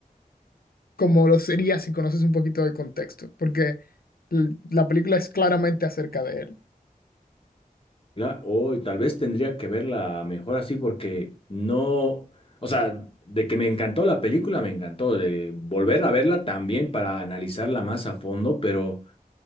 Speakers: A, on the left; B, on the left.
A: como lo sería si conoces un poquito de contexto, porque l- la película es claramente acerca de él.
B: Claro, o tal vez tendría que verla mejor así porque no, o sea, de que me encantó la película, me encantó, de volver a verla también para analizarla más a fondo, pero...